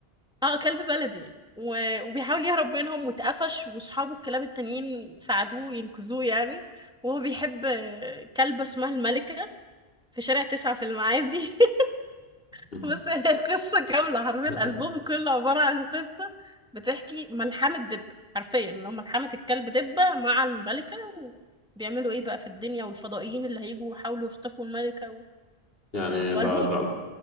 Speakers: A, in the centre; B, on the left (about 65°).
A: اه كلب بلدي و... وبيحاول يهرب منهم واتقفش واصحابه الكلاب التانيين ساعدوه ينقذوه يعني وهو بيحب كلبة اسمها الملكة في شارع تسعة في المعادي <laughs>
B: مم.
A: بص هي القصة كاملة حرفيا
B: <laughs>
A: الألبوم كله عبارة عن قصة بتحكي ملحمة دب حرفيا اللي هو ملحمة الكلب دبة مع الملكة بيعملوا ايه بقى في الدنيا والفضائيين اللي هيجوا يحاولوا يخطفوا الملكة و...
B: يعني
A: وألبوم
B: ده ده